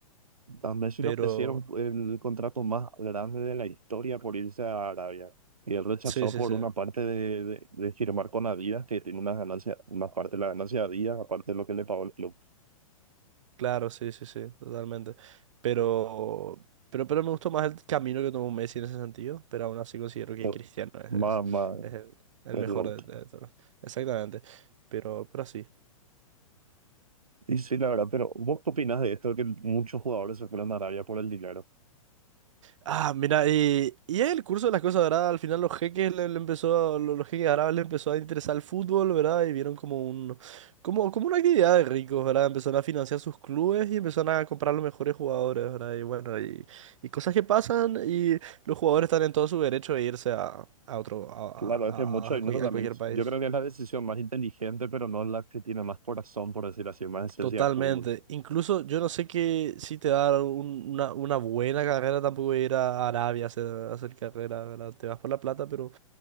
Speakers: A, on the right; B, on the right.
A: A Messi
B: Pero,
A: le ofrecieron el contrato más grande de la historia por irse a Arabia. Y él rechazó
B: sí, sí,
A: por
B: sí.
A: una parte de, de, de firmar con Adidas, que tiene una ganancia, una parte de la ganancia de Adidas, aparte de lo que le pagó el club.
B: Claro, sí, sí, sí, totalmente. Pero, pero, pero me gustó más el camino que tomó Messi en ese sentido, pero aún así considero que
A: to-
B: Cristiano es,
A: Más,
B: es,
A: más,
B: es el, el
A: pues
B: mejor
A: el voto.
B: de, de todos. Exactamente. Pero, pero sí.
A: Y sí, la verdad, pero ¿vos qué opinas de esto? Que muchos jugadores se fueron a Arabia por el dinero.
B: Ah, mira, y, y el curso de las cosas, ¿verdad? Al final los jeques le, le empezó, a- lo- los, jeques árabes le empezó a interesar el fútbol, ¿verdad? Y vieron como un, como, como una actividad de ricos, ¿verdad? Empezaron a financiar sus clubes y empezaron a comprar los mejores jugadores, ¿verdad? Y bueno, y, y cosas que pasan y los jugadores están en todo su derecho de irse a, a otro, a,
A: Claro,
B: a-
A: es que mucho
B: a-
A: dinero
B: a cual-
A: también.
B: a cualquier país.
A: Yo creo que es la decisión más inteligente, pero no la que tiene más corazón, por decir así, más esencia
B: Totalmente.
A: de fútbol.
B: Incluso yo no sé que si te da un- una, una buena carrera, tampoco ir a Arabia a hacer, a hacer carrera, ¿verdad? Te vas por la plata, pero...